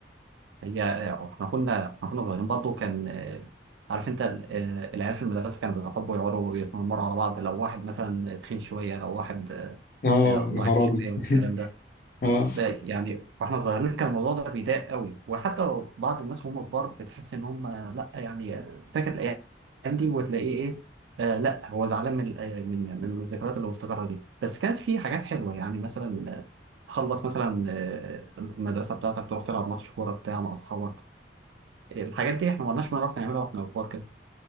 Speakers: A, on the right; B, on the left.
A: هي احنا كنا احنا كنا صغيرين برضو كان آه، عارف انت ال- آه، العيال في المدرسه كانوا بيحبوا يقعدوا يتنمروا على بعض لو واحد مثلا تخين شويه لو واحد آه،
B: اه
A: آه، ضعيف
B: يا خرابي
A: شويه والكلام
B: <laughs>
A: ده
B: اه
A: لا يعني واحنا صغيرين كان الموضوع ده بيضايق قوي وحتى لو بعض الناس وهم كبار بتحس ان هم لا يعني آه، فاكر الايام دي وتلاقيه ايه آه لا هو زعلان من آه، من من الذكريات اللي مستقره دي بس كانت في حاجات حلوه يعني مثلا آه، تخلص مثلا آه، المدرسه بتاعتك تروح تلعب ماتش كوره بتاع مع اصحابك الحاجات دي احنا ما كناش بنعرف نعملها واحنا كبار كده